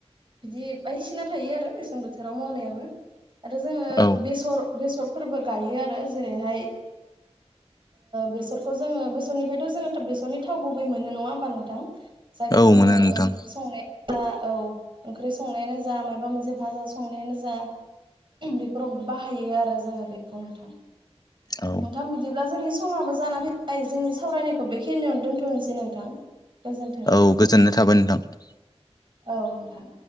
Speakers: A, on the right; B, on the left.
A: बिदि बायदिसिना थायो आरो मेसें बोथोराव मावनायाबो आरो जोङो
B: औ
A: बेसर बेसरफोरबो गायो आरो जेरैहाय बेसरखौ जोङो बेसरनिफ्रायथ' जोङो बेसरनि थाव गुबै मोनो नङा होमबा नोंथां जायखौ
B: औ
A: जोङो
B: मोनो नोंथां
A: ओंखाम संनायाव जा औ ओंख्रि संनायानो जा माबा मोनसे भाजा संनायानो जा बेफोराव बाहायो आरो जोङो बेखौ नोंथां
B: औ
A: नोंथां बिदिब्ला जोंनि समाबो जाना फैबाय जोंनि सावरायनायखौ बेखिनियावनो दोनथ'नोसै नोंथां। गोजोन्थों
B: औ गोजोननाय थाबाय नोंथां।
A: औ नोंथां।